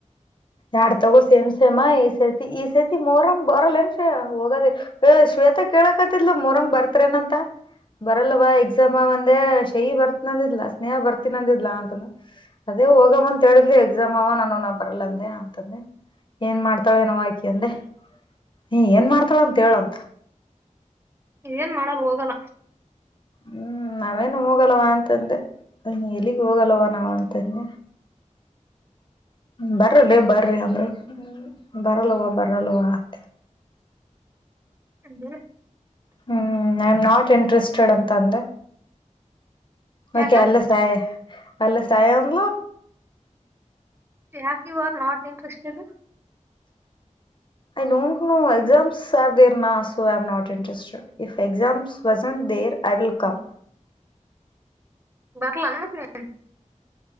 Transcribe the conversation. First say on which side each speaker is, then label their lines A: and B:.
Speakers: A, on the left (about 40°); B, on the right (about 20°).
A: ಎರ್ಡ್ ತಗೋ ಸೇಮ್ ಸೇಮ ಈ ಸೇತಿ ಈ ಸೇತಿ ಮೋರಂ ಬರಲ್ಲ ಹೆಮ್ ಸೇ ಹೋಗದ ಏ ಶ್ವೇತಾ ಕೇಳಕತ್ತಿದ್ಲ ಮೊಹರಂ ಗೆ ಬರ್ತೇರೆನಂತ ಬರಲ್ಲವಾ ಎಕ್ಸಾಮ ಅವಂದೇ ಶೈಿ ಬರ್ತನಂದ್ಲಾ ಸ್ನೇಹ ಬರ್ತನಂದಿದ್ಲ ಅಂತಂದ ಅದೇ ಹೋಗಮಂತ್ ಹೇಳಿದ್ಲಿ ಎಕ್ಸಾಮ್ ಅವ ನಾನು ಬರಲ್ಲ ಅಂದೆ ಅಂತಂದೆ ಏನ್ ಮಾಡ್ತಾಳೆನೋವ ಆಕಿ ಅಂದೆ ನೀ ಏನ್ ಮಾಡ್ತಾಳ ಅಂತ ಹೇಳಂತ
B: ಇನ್ ಏನ್ ಮಾಡಲ್ ಹೋಗಲ್ಲ
A: ಹ್ಮ್ ನಾವೇನು ಹೋಗಲ್ವ ಅಂತಂದೆ ಎಲ್ಲಿಗ್ ಹೋಗಲ್ಲವ ನಾವ್ ಅಂತಂದೆ ಬರಲ್ಲ ಬರ್ರಿ ಅಂದ್ರೆ ಬರಲ್ಲವ ಬರಲ್ಲವ ಅಂದೆ
B: ಅಂದ್ರ
A: ಹ್ಮ್ ಐ ಎಮ್ ನಾಟ್ ಇಂಟ್ರೆಸ್ಟೆಡ್ ಅಂತ ಅಂದೆ ಮ
B: ಯಾಕ
A: ಸಾಯ ಅಲ್ಲ ಸಾಯಲ
B: ಯಾಕ ಇವಾರ್ not interested
A: I don't know exams are ದೇರ್ನಾ so I am not interested if exams wasn't there I will come
B: ಬರ್ಲಾ ಮತ್ ನಿನ್